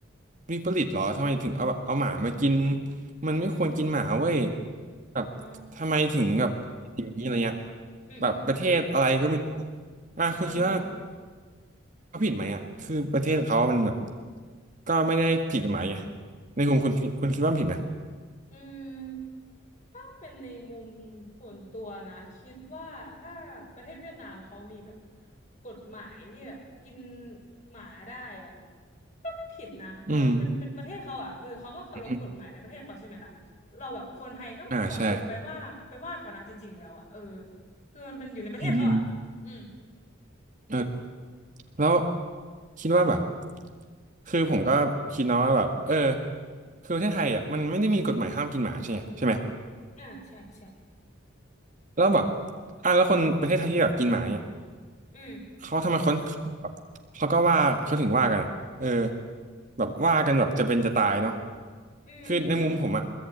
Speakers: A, on the right; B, on the left.
A: วิปริตเหรอ ทำไมถึงเอาแบบเอาหมามากิน มันไม่ควรกินหมาเว้ย
B: อืม
A: แบบทำไมถึงแบบอย่างนี้อะไรเงี้ย
B: อ๋ออืมอืม
A: แบบประเทศอะไรก็ไม่รู้อ่ะคุณคิดว่า
B: เออ
A: เขาผิดไหมอ่ะคือประเทศเขามันแบบก็ไม่ได้ผิดกฎหมายไงในมุมคุณคุณคุณคิดว่ามันผิดไหม
B: อืมถ้าเป็นในมุมส่วนตัวนะคิดว่าถ้าประเทศเวียดนามเขามีแบบกฎหมายที่แบบกินหมาได้อ่ะก็ไม่ผิดนะคือมันเป็นเป็นประเทศเขาอ่ะคือเขาก็เคารพกฎหมายในประเทศเขาใช่ไหมล่ะเราแบบคนไทยก็ไม่ควรแบบไปว่าไปว่าเขานะจริงๆแล้วอ่ะเออ
A: อืมอืมอ่าใช่
B: คือมันเป็นอยู่ในประเทศเขาอ่ะอืม
A: อืมอืมเออแล้วคิดว่าแบบคือผมก็คิดเนาะว่าแบบเออคือประเทศไทยอ่ะมันไม่ได้มีกฎหมายห้ามกินหมาใช่ไหมใช่ไหม
B: อ่าใช่ใช่
A: แล้วแบบอ่ะแล้วคนประเทศไทยที่แบบกินหมาเนี่ย
B: อืม
A: เขาทำไมคนแบบเขาก็ว่าเขาถึงว่ากันอะเออแบบว่ากันแบบจะเป็นจะตายเนาะ
B: อืมอืม
A: คือในมุมผมอะ